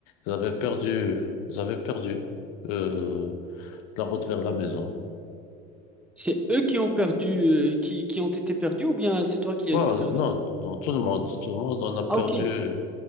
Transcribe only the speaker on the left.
Ils avaient perdu, ils avaient perdu euh, la route vers la maison.
Bon,
non, non, tout le monde, tout le monde en a perdu.
Il